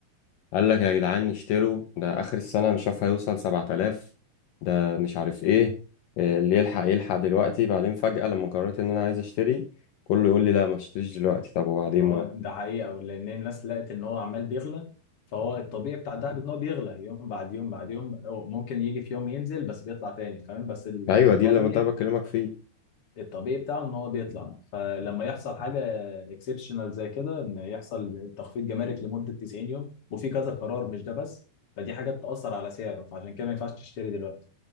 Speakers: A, on the left; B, on the left.
A: قال لك يا جدعان اشتروا ده اخر السنه مش عارف هيوصل 7000 ده مش عارف ايه إيه اللي يلحق يلحق دلوقتي بعدين فجاه لما قررت ان انا عايز اشتري كله يقول لي لا ما تشتريش دلوقتي طب وبعدين
B: اه ده حقيقة لأن الناس لقت إن هو عمال بيغلى فهو الطبيعي بتاع الدهب إن هو بيغلى يوم بعد يوم بعد يوم هو ممكن يجي في يوم ينزل بس بيطلع تاني فاهم بس ال-
A: ايوه
B: الطبيعي
A: دي اللي ده بكلمك فيه
B: الطبيعي بتاعه إن هو بيطلع فلما يحصل حاجة اكسبشنال زي كده إن يحصل تخفيض جمارك لمدة 90 يوم وفي كذا قرار مش ده بس فدي حاجات تأثر على سعره فعشان كده ما ينفعش تشتري دلوقتي